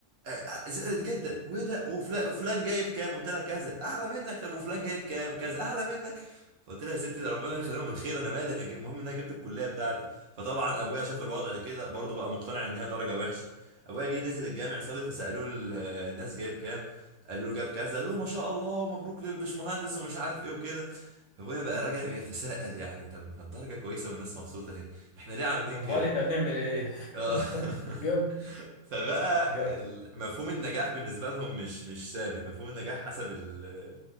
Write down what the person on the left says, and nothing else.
امال
احنا بنعمل ايه
<laughs>
جامد
جامد